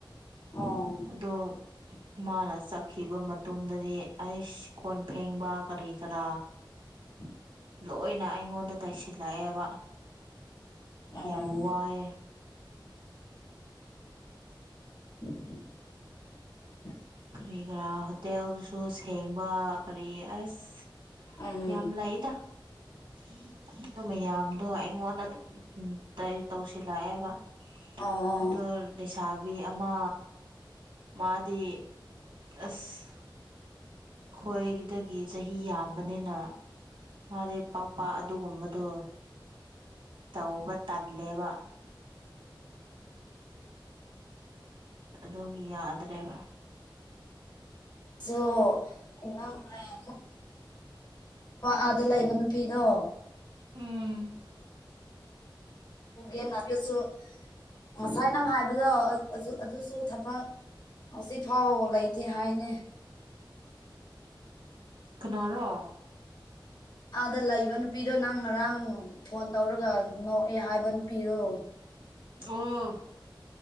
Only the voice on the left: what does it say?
ꯑꯣ
<inaudible>
ꯑꯣ
<inaudible>
ꯎꯝ
ꯑꯣ
<unintelligible> ꯋꯥ ꯑꯥꯗ ꯂꯩꯕ ꯅꯨꯄꯤꯗꯣ
ꯎꯒꯦꯅ ꯑꯗꯨꯁꯨ ꯉꯁꯥꯏ ꯅꯪ ꯍꯥꯏꯕꯗꯣ ꯑꯗꯨ ꯑꯗꯨꯁꯨ ꯊꯕꯛ ꯍꯧꯖꯤꯛꯐꯥꯎ ꯂꯩꯇꯦ ꯍꯥꯏꯅꯦ
ꯑꯥꯗ ꯂꯩꯕ ꯅꯨꯄꯤꯗꯣ ꯅꯪ ꯉꯔꯥꯡ ꯐꯣꯟ ꯇꯧꯔꯒ ꯅꯣꯛꯑꯦ ꯍꯥꯏꯕ ꯅꯨꯄꯤꯗꯣ